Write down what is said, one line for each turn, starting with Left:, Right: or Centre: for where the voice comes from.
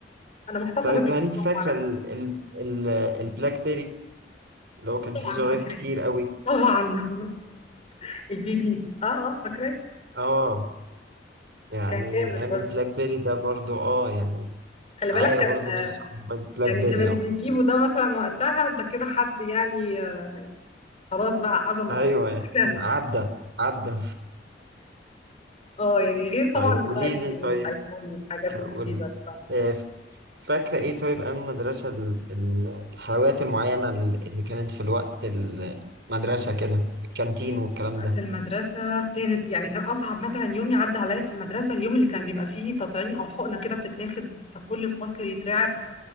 Left: انا محتفظه
Right: طيب
Left: بيهم
Right: انت
Left: كلهم
Right: فاكره
Left: على فكره
Right: ال... ال... ال... البلاك بيري اللي هو كان
Left: طبعا
Right: فيه زراير
Left: فاكراه
Right: كتير قوي
Left: طبعا <laughs> البي بي اه اه فاكراه
Right: اه يعني
Left: كان جامد
Right: من ايام
Left: برضه
Right: البلاك بيري ده برضه اه يعني
Left: خلي بالك
Right: معايا
Left: كان
Right: برضه لسه موبايل بلاك
Left: يعني
Right: بيري
Left: كان اللي
Right: اه
Left: بيجيبه ده مثلا وقتها ده كده حد يعني آه، خلاص بقى عظمه
Right: ايوه
Left: يعني
Right: يعني
Left: <laughs>
Right: عدى عدى
Left: اه يعني غير طبعا
Right: طيب
Left: دلوقتي
Right: قولي لي طيب
Left: والايفون والحاجات
Right: هقول
Left: الجديده اللي طبعا
Right: آه، فاكرة إيه طيب أيام المدرسة ال- ال- الحلويات المعينة ال- اللي كانت في الوقت المدرسة كده الكانتين والكلام
Left: بتاعت
Right: ده
Left: المدرسة كانت يعني كان أصعب مثلا يوم يعدي عليا في المدرسة اليوم اللي كان بيبقى فيه تطعيم أو حقنة كده بتتاخد فكل الفصل يترعب